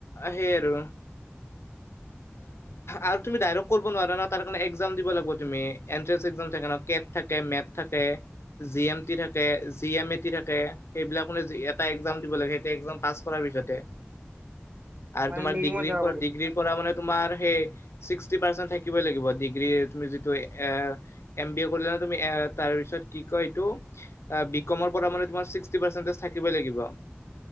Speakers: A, on the left; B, on the right.
A: সেই আৰু। আৰু তুমি ডাইক্ট কৰিব নোৱাৰা ন তাৰ কাৰণে এক্সাম দিব লাগিব তুমি এনট্ৰেন্ এক্সাম থাকে ন। কেট থাকে, মেট থাকে, জি এম টি থাকে। দি এ মেন্টি থাকে সেইবিলাক এটা এক্সাম দিব লাগে এতিয়া এক্সাম পাছ কৰা পিছত হে।
B: <inaudible>
A: আৰু
B: মানে
A: তোমাৰ
B: নেৰিমত
A: ডিগ্ৰীৰ
B: যাব
A: পৰা
B: পাৰিম
A: ডিগ্ৰীৰ পৰা মানে তোমাৰ সেই ছিক্সটি পেচেণ্ট থাকিবই লাগিব ডিগ্ৰী তুমি যিটো এ এম বি এছ কৰিলা। তুমি তাৰপিছত কি কয় এইটো বি কমৰ পৰা মানে তোমাৰ ছিক্সটি পাৰ্চেণ্টিজ থাকিবই লাগিব।